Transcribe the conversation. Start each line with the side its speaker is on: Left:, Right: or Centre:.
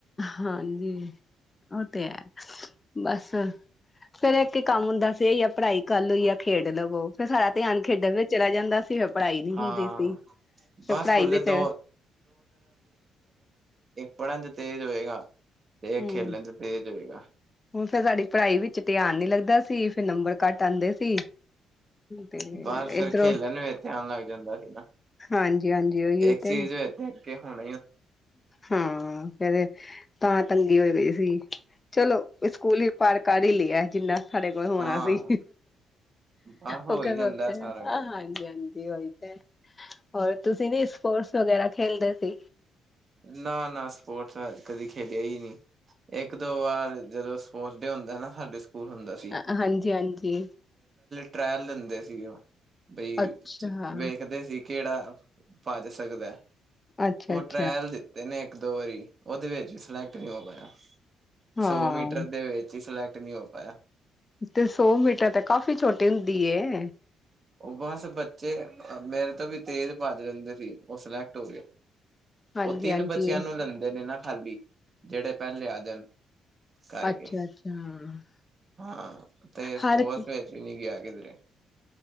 Left: ਹਾਂ ਜੀ, ਉਹ ਤੇ ਐ। ਬਸ, ਫੇਰ ਇੱਕ ਹੀ ਕੰਮ ਹੁੰਦਾ ਸੀ ਯਾ ਪੜ੍ਹਾਈ ਕਰ ਲਓ ਯਾ ਖੇਡ ਲਵੋ। ਫੇਰ ਸਾਰਾ ਧਿਆਨ ਖੇਡਣ ਵਿੱਚ ਚਲਾ ਜਾਂਦਾ ਸੀ, ਫੇਰ ਪੜ੍ਹਾਈ
Right: ਹਾਂ-ਹਾਂ
Left: ਨੀ ਹੁੰਦੀ ਸੀ।
Right: ਬਸ
Left: ਫੇਰ ਪੜ੍ਹਾਈ
Right: ਸਕੂਲੇ
Left: ਵਿੱਚ
Right: ਦੋ ਪੜਨ ਚ ਤੇਜ ਹੋਏ ਗਾ। ਤੇ ਏਕ
Left: ਹੂੰ
Right: ਖੇਲਣ ਚ ਤੇਜ ਹੋਏਗਾ।
Left: ਫੇਰ ਸਾਡੀ ਪੜ੍ਹਾਈ ਵਿੱਚ ਧਿਆਨ ਨੀ ਲੱਗਦਾ ਸੀ, ਫੇਰ ਨੰਬਰ ਕੱਟ ਆਂਦੇ ਸੀ। ਤੇ
Right: ਬਸ ਫੇਰ
Left: ਇੱਧਰੋਂ
Right: ਖੇਲਣ ਵਿਚ ਧਿਆਨ ਲੱਗ ਜਾਂਦਾ ਸੀ ਨਾ,
Left: ਹਾਂਜੀ ਹਾਂਜੀ ਉਹੀ
Right: ਇੱਕ
Left: ਤੇ
Right: ਚੀਜ਼ ਵਿਚ ਕਿ ਹੁਣ
Left: ਹਾਂ, ਫੇਰ ਤਾਂ ਤੰਗੀ ਹੋ ਗਈ ਸੀ। ਚਲੋ ਸਕੂਲ ਵੀ ਪਾਰ ਕਰਈ ਲਯਾ ਏ। ਜਿਨ੍ਹਾਂ ਸਾਡੇ ਕੋਲ ਹੋਣਾ
Right: ਹਾਂ
Left: ਸੀ।
Right: ਆਹ ਹੋ
Left: ਓਕੇ,
Right: ਹੀ ਜਾਂਦਾ
Left: ਓਕੇ, ਹਾਂਜੀ,
Right: ਸਾਰਾ ਕੁਛ
Left: ਹਾਂਜੀ। ਉਹੀ ਤੇ। ਹੋਰ ਤੁਸੀਂ ਨੀ ਸਪੋਰਟਸ ਵਗੈਰਾ ਖੇਲਦੇ ਸੀ।
Right: ਨਾ, ਨਾ, ਸਪੋਰਟਸ ਅ ਕਦੀ ਖੇਲਿਆ ਹੀ ਨਹੀਂ। ਇੱਕ-ਦੋ ਵਾਰ ਜਦੋਂ ਸਪੋਰਟਸ ਡੇ ਹੁੰਦਾ ਨਾ ਸਾਡੇ ਸਕੂਲ ਹੁੰਦਾ ਸੀ
Left: ਅ, ਹਾਂਜੀ, ਹਾਂਜੀ।
Right: ਟ੍ਰੈਲ ਲੈਂਦੇ ਸੀਗੇ ਉਹ ਬਈ,
Left: ਅੱਛਾ
Right: ਵੇਖਦੇ ਸੀ ਕਿਹੜਾ ਭੱਜ ਸਕਦਾ ਐ
Left: ਅੱਛਾ, ਅੱਛਾ।
Right: ਟ੍ਰਾਇਲ ਦਿੱਤੇ ਨੇ ਇੱਕ-ਦੋ ਵਾਰੀ, ਉਹਦੇ ਵਿੱਚ ਵੀ ਸਿਲੈਕਟ ਨਹੀਂ ਹੋ ਪਾਯਾ।
Left: ਹਾਂ
Right: ਸੌ ਮੀਟਰ ਦੇ ਵਿੱਚ ਹੀ ਸਿਲੈ ਕਤ ਨਹੀਂ ਹੋ ਪਾਯਾ।
Left: ਤੇ ਸੌ ਮੀਟਰ ਤੇ ਕਾਫ਼ੀ ਛੋਟੀ ਹੁੰਦੀ ਦੀਏ
Right: ਉ ਬਸ ਬੱਚੇ ਮੇਰੇ ਤੋਂ ਵੀ ਤੇਜ਼ ਭੱਜ ਲੈਂਦੇਂ ਸੀ ਉਹ ਸਿਲੈਕਟ ਹੋ ਗਏ
Left: ਹਾਂਜੀ
Right: ਉਹ ਤਿੰਨ
Left: ਹਾਂਜੀ
Right: ਬੱਚਿਆਂ ਨੂੰ ਲੈਂਦੇ ਨੇ ਨਾ ਖਾਲੀ ਜਿਹੜੇ ਪਹਿਲੇ ਆ ਜਾਣ ਕਾਰਕੇ
Left: ਅੱਛਾ ਅੱਛਾ
Right: ਹਾਂ ਤੇ ਸਪੋਰਸ
Left: ਹਰ
Right: ਵਚ ਵੀ ਨਹੀਂ ਗਿਆ ਕਿਧਰੇ